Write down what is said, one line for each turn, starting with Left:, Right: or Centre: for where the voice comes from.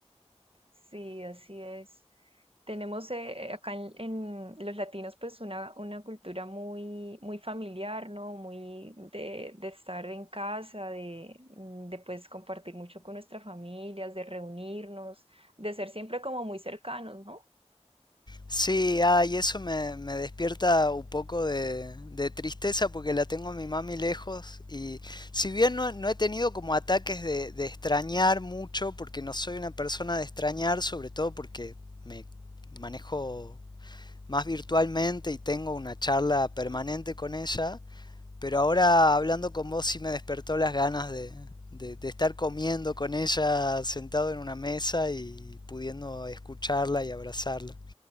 Right: Sí, así es. Tenemos eh, eh, acá en, en los latinos pues una, una cultura muy, muy familiar, ¿no? Muy de, de estar en casa, de, mm, de pues compartir mucho con nuestras familias, de reunirnos, de ser siempre como muy cercanos, ¿no?
Left: Sí, ah, y eso me, me despierta un poco de, de tristeza porque la tengo a mi mami lejos y si bien no, no he tenido como ataques de, de extrañar mucho porque no soy una persona de extrañar, sobre todo porque me manejo más virtualmente y tengo una charla permanente con ella, pero ahora hablando con vos sí me despertó las ganas de, de- de estar comiendo con ella sentado en una mesa y pudiendo escucharla y abrazarla.